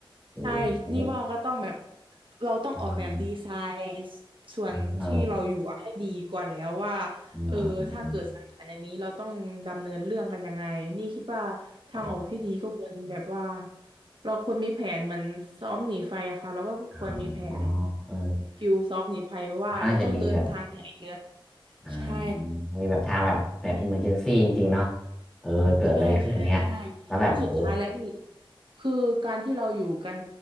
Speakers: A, in the centre; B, on the right (about 60°).
A: โอ้โห
B: ใช่นี่ว่าก็ต้องแบบเราต้องออกแบบดีไซน์
A: อืม
B: ส่วนที่เราอยู่อะให้ดีก่อนแล้วว่า
A: อ่าอ่าอ่
B: เออถ้าเกิดสาขาอย่างนี้เราต้องดำเนินเรื่องกันยังไงนี่คิดว่าทางออกที่ดีก็ควรแบบว่า
A: าอ่า
B: เราควรมีแผนเหมือนซ้อมหนีไฟอะค่ะเราก็ควรมีแผน
A: อ่าอ๋อเออ
B: ฟิลซ้อมหนีไฟว่าเราต้องเดินทางไหนเรือ
A: เขาน่าจะมีแบบอ่า
B: ใช่
A: มีแบบทางแบบแบบอิมเมอร์เจนซี่จริงๆเนาะเออเกิดอะไรขึ้นเงี้ยแล้วแบบโห
B: ใช่ใช่ใช่ก็สุดท้ายแล้วนี่คือการที่เราอยู่กัน